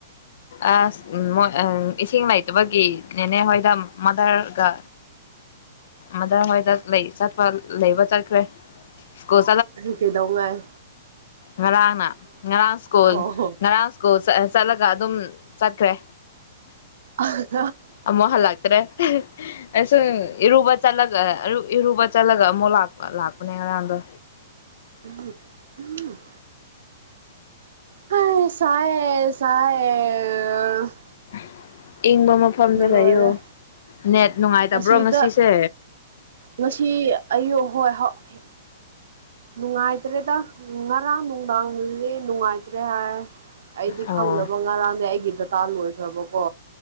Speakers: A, on the left; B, on the right.
A: ꯑꯁ ꯃꫭꯏ ꯑꯝ ꯏꯁꯤꯡ ꯂꯩꯇꯕꯒꯤ ꯅꯦꯅꯦ ꯍꯣꯏꯗ ꯃꯥꯗꯔꯒ ꯃꯗꫪ ꯍꯣꯏꯗ ꯂꯩ ꯆꯠꯄ ꯂꯩꯕ ꯆꯠꯈ꯭ꯔꯦ ꯁ꯭ꯀꯨꯜ
B: ꯀꯩꯗꯧꯉ‌ꯩ
A: ꯉꯔꯥꯅ ꯉꫪꯥꯡ ꯁ꯭ꯀꯨꯜ
B: ꯑꯣ
A: ꯉꯥꯔꯡ ꯁ꯭ꯀꯨꯜ ꯆꯠꯑ‌ꯦ ꯆꯠꯂꯒ ꯑꯗꯨꯝ ꯆꯠꯈ꯭ꯔꯦ
B: ꯑꯍꯥ
A: ꯑꯃꯨꯛ ꯍꯜꯂꯛꯇ꯭ꯔꯦ ꯑꯩꯁꯨ ꯏꯔꯨꯕ ꯆꯠꯂꯒ ꯑꯔꯨ ꯏꯔꯨꯕ ꯆꯠꯂꯒ ꯑꯃꯨꯛ ꯂꯥꯛꯄ ꯂꯥꯛꯄꯅꯦ ꯉꯔꯥꯡꯗꯣ
B: ꯎꯝ ꯎꯝ ꯍꯥꯁ ꯁꯥꯏꯌ‌ꯦ ꯁꯥꯏꯌ‌ꯦ
A: <unintelligible> ꯏꯪꯕ ꯃꯐꯝꯗ ꯂꯩꯌꯣ
B: ꯂꯣꯏꯔꯦ
A: ꯅ‌ꯦꯠ ꯅꯨꯡꯉꯥꯏꯇꯕ꯭ꯔꯣ
B: ꯑꯁꯤꯗ
A: ꯉꯁꯤꯁꯦ
B: ꯉꯁꯤ ꯑꯌꯨꯛ ꯍꯣꯏ ꯍꯧꯏ ꯅꯨꯡꯉꯥꯏꯇ꯭ꯔꯦꯗ ꯉꯔꯥꯡ ꯅꯨꯡꯗꯥꯡꯗꯤ ꯅꯨꯡꯉꯥꯏꯇ꯭ꯔꯦ ꯍꯥꯏ ꯑꯩꯗꯤ
A: ꯑꯣ
B: ꯈꯪꯗꯅꯕ ꯉꯔꯥꯡꯅꯦ ꯑꯩꯒꯤ ꯗꯇꯥ ꯂꯣꯏꯈ꯭ꯔꯕꯀꯣ